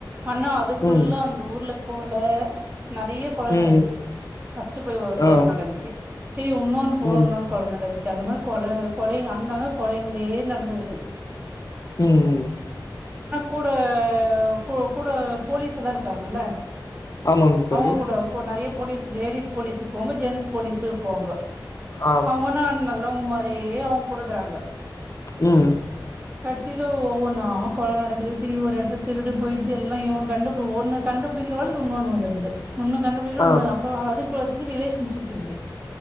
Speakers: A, on the right; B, on the left.
A: ஆனா அதுக்குள்ளே
B: ம்
A: அந்த ஊர்ல போல நறைய கொல
B: ம்
A: நடக்குது ஃபஸ்ட்டு போய் ஒரு கொல
B: ஆ
A: நடந்துச்சி சேரி உன்னொன்னு போனோனா
B: ம்
A: ஒரு கொல நடந்து ச்சி அந்த மாரி கொல கொலைங்க அங்கங்க கொலைங்களே நடந்துனுருக்குது
B: ம் ம்
A: கூட கூ கூட போலீஸ்லா இருக்காங்கல்ல
B: ஆமாங்க தோழி
A: அவுங்க கூட போ நறைய போலீஸ் லேடீஸ் போலீஸ்சு கோங்க ஜென்ஸ் போலீஸு இருக்குவாங்க
B: ஆம்
A: அவுங்கனா நல் அவுங் மாரியே அவுங் குடுக்குறாங்க
B: ம்
A: கடசில ஒவ்வொன்னா கொல நடக்குது தெரி ஒரு எடத்துல திருடு போயிட்டு எல்லா இவ கண்டு பு ஒன்னு கண்டுபுடிக்கிற வேலைக் உன்னோன் வந்துருது ஒன்னு கண்டுக்கிற
B: ஆம்
A: உன்னோனு அப்போ அது கொலது இது ரிலேஷன்ஷிப் இருக்கு